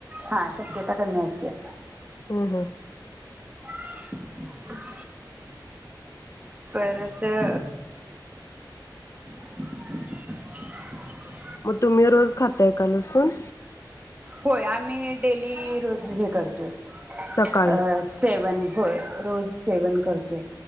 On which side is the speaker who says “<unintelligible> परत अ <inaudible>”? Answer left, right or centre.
Right